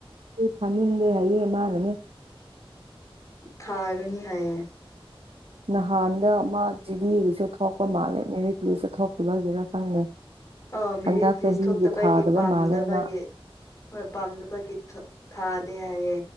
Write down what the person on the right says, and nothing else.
ꯊꯥꯅꯤꯡꯗꯦ ꯍꯥꯏꯌꯦ ꯃꯥꯅꯅꯦ
ꯅꯍꯥꯟꯗ ꯃꯥ ꯖꯤꯗꯤꯒꯤꯁꯨ ꯊꯣꯛꯄ ꯃꯥꯜꯂꯦ ꯃꯦꯔꯤꯠ ꯂꯤꯁꯇ ꯊꯣꯛꯇꯕꯒꯤꯔꯥ ꯈꯪꯗꯦ
ꯍꯟꯗꯛ
ꯆꯍꯤꯒꯤ
ꯊꯥꯗꯕ
ꯃꯥꯜꯂꯦ ꯃꯥ